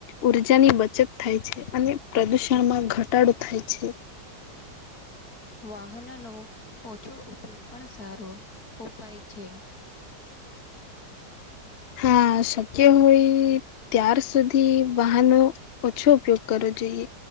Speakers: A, on the left; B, on the left.
A: ઉર્જાની બચત થાય છે અને પ્રદુષણમાં ઘટાડો થાય છે.
B: વાહનનો ઓછો ઉપયોગ પણ સારો ઉપાય છે.
A: હા, શક્ય હોય ત્યાર સુધી વાહનનો ઓછો ઉપયોગ કરવો જોઈએ.